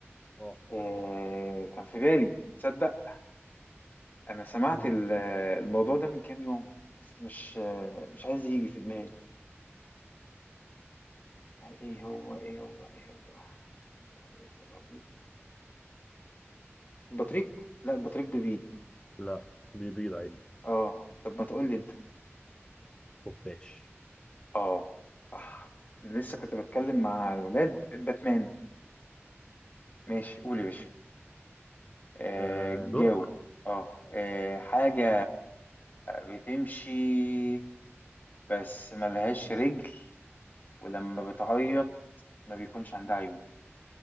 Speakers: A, on the left (about 20°); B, on the left (about 40°).
A: اه
B: آه كان في بالي تصدق أنا سمعت
A: قول
B: ال-
A: لي
B: الموضوع ده من كام يوم بس مش آه مش عايز يجي في دماغي ايه هو ايه هو ايه هو ابيض ولا ابيض بطريق لا البطريق ببيض
A: لا بيبيض عادي
B: اه طب ما تقول لي انت
A: خفاش
B: اه صح لسه كنت بتكلم مع الولاد باتمان ماشي قول يا باشا آه
A: آه دورك
B: جاوب اه آه، حاجة بتمشي بس ملهاش رجل ولما بتعيط ما بيكونش عندها عيون